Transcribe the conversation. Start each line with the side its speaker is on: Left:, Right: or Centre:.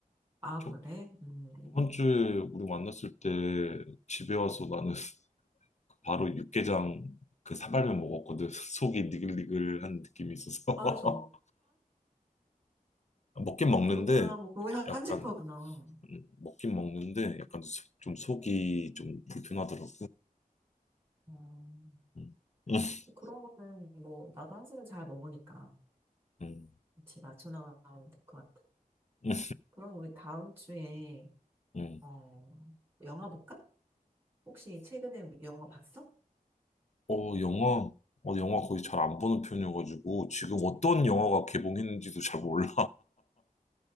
Right: 아, 그래?
Left: 저,
Right: 음.
Left: 저번 주에 우리 만났을 때 집에 와서 나는 <laughs> 바로 육개장 그 사발면 먹었거든. <laughs> 속이 니글니글한 느낌이 있어서.
Right: 아, 정말?
Left: <laughs> 먹긴 먹는데,
Right: 아, 그렇구나. 뭐 거의 <laughs>
Left: 약간,
Right: 한식파구나.
Left: 음, 먹긴 먹는데, 약간 속- 좀 속이 좀 불편하더라고.
Right: 음.
Left: 음, <laughs>
Right: 그런 거는 뭐 나도 한식은 잘 먹으니까
Left: 음,
Right: 같이 맞춰 나가면 될 것 같아.
Left: 음,
Right: 그럼 우리 다음 주에
Left: 음.
Right: 어 영화 볼까? 혹시 최근에 영화 봤어?
Left: 어, 영화, 어, 영화 거의 잘 안 보는 편이어가지고, 지금 어떤 영화가 개봉했는지도 잘 몰라.